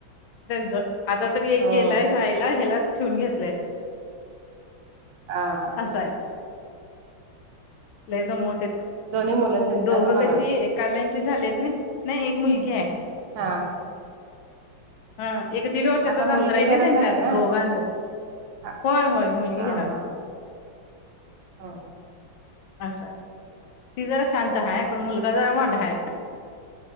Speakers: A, on the left (about 75°); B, on the right (about 70°).
A: त्यांच आता तरी एक
B: हो
A: गेलाय शाळेला ह्याला ठेवून घेतलंय
B: हां
A: असं आहे लय दमोतेत
B: दोन्ही मुलंच आहेत
A: दोघं
B: का तुम्हाला?
A: कशी एक कालांचे झालेत नां नाही एक मुलगी आहे
B: हां
A: हा एक दीड वर्षाचच
B: आता मुलगी
A: अंतर आहे
B: घरात
A: ना त्यांच्यांत
B: ना?
A: दोघांत
B: हा
A: होय होय मुलगी
B: हा
A: घरांत
B: हा हो
A: असं ती जरा शांत
B: हा.
A: हाय पणं मुलगा जरा वांड आहे